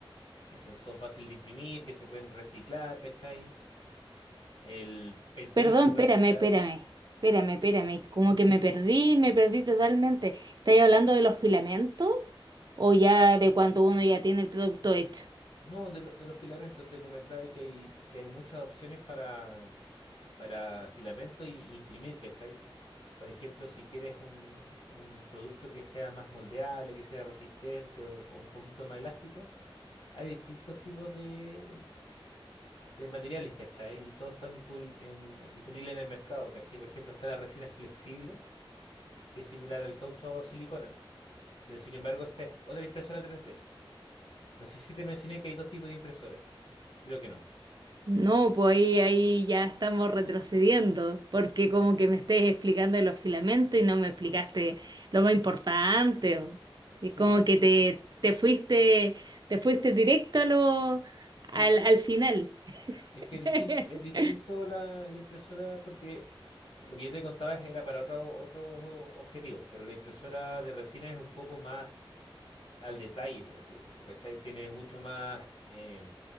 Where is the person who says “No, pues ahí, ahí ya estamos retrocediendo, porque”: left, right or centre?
Right